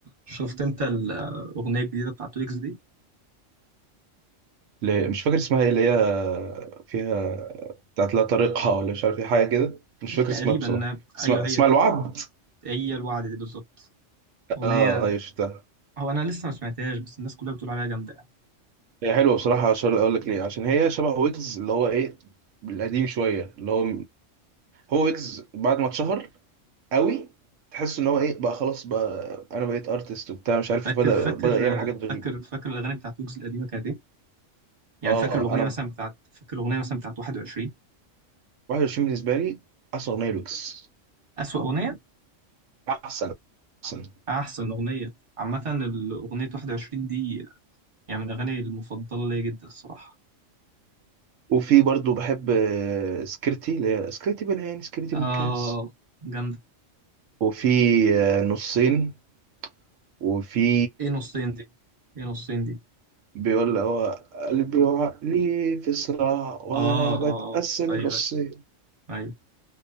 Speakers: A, on the right; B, on the right.
A: شفت انت الاغنيه الجديده بتاعت ويجز دي
B: اللي- مش فاكر اسمها ايه اللي هي فيها بتاعت لا طريقها ولا مش عارف ايه حاجه كده مش فاكر
A: تقريبا
B: اسمها بصراحه
A: ايوه
B: اسمها اسمها
A: هي
B: الوعد
A: هي الوعد دي بالظبط اغنيه
B: اه ايوه شفتها
A: هو انا لسه ما سمعتهاش بس الناس كلها بتقول عليها جامده يعني
B: هي حلوه بصراحه عشان اقول لك ليه عشان هي شبه ويجز اللي هو ايه القديم شويه اللي هو هو ويجز بعد ما اتشهر قوي تحس ان هو ايه بقى خلاص بقى انا بقيت ارتست وبتاع مش عارف
A: فاكر
B: ايه بدا
A: فاكر
B: بدا يعمل حاجات غريبه
A: فاكر فاكر الاغاني بتاعت ويجز القديمه كانت ايه يعني
B: اه
A: فاكر الاغنيه
B: انا
A: مثلا بتاعت فاكر الاغنيه مثلا بتاعت 21
B: 21 بالنسبه لي احسن اغنيه لويجز
A: اسوأ اغنيه
B: احسن احسن
A: احسن اغنيه عامه الاغنيه 21 دي يعني من الاغاني المفضله ليا جدا الصراحه
B: وفي برضو بحب آه، سكرتي اللي هي سكرتي بالعين سكرتي
A: اه
B: بالكاس
A: جامده
B: وفي آه، نصين وفي
A: ايه نصين دي ايه نصين دي
B: بيقول هو قلبي وعقلي في صراع وانا
A: اه
B: بتقسم
A: اه آه، ايوه
B: نصين
A: ايوه